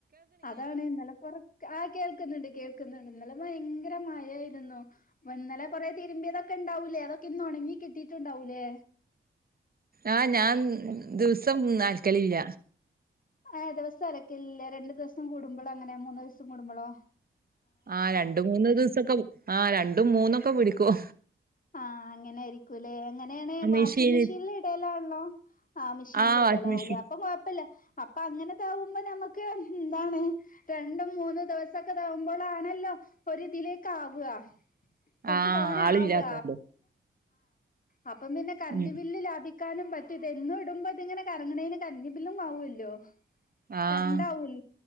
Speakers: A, on the left (about 40°); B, on the right (about 45°).
A: അതാണ് ഇന്നലെപുറത്ത് ആ, കേൾക്കുന്നുണ്ട്, കേൾക്കുന്നുണ്ട്, ഇന്നലെ ഭയങ്കര മഴ യായിരുന്നു. വന്നാലെ കുറെ തിരുമ്പിിയ ഇതൊക്കെ ഉണ്ടവൂേലേ അതൊെക്കെ ഇന്ന്ണങ്ങി കിട്ടിട്ടുണ്ടാവൂലേ!
B: ആ, ഞാൻ ദിവസം അലക്കിലില്ല.
A: അ ദിവസം അലക്കില്ലേലെ? രണ്ട് ദിവസം കൂടുമ്പോളോ അങ്ങനെ മൂന്ന് ദിവസം കൂടുമ്പോളോ
B: ആ രണ്ട മൂന്ന ദിവസൊക്കെ ആ രണ്ടും മൂന്നൊക്കെ പിടിക്കും.
A: ആ, അങ്ങനെ ആയിരിക്കൂല്ലേ. എങ്ങനെയണ് വാഷിംഗ
B: മെഷീന്
A: മെഷീനിൽ ഇടലാണോ? ആമെഷീനൽ
B: ആഹ് വാഷിംഗ്
A: ഇടലാവൂലേ,
B: മെഷീൻ
A: അപ്പൊ കൊഴപ്പില്ല അപ്പൊ അങ്ങനെതാവുമ്പോ നമുക്ക് ഇതാണ്. രണ്ടും മൂന്നും ദിവസൊക്കെ തകുമ്പോൾാണല്ലോ ഒരിതിലേക്ക് ആവാ കുറച്ച്
B: ആഹ്
A: തോന്ന
B: ആളില്ലാത്തോണ്ട്
A: ആവാ, അപ്പം പിന്നെ കറണ്ട്
B: ഉം
A: ബില്ല് ലാഭിക്ക ക്കാനും പറ്റൂത്. എന്നും ഇടുമ്പോ അതിങ്ങനെ കറങ്ങണേന് കറണ്ടും ബില്ലും ആവുല്ലോ.
B: ആഹ്
A: കറണ്ട് ആവും.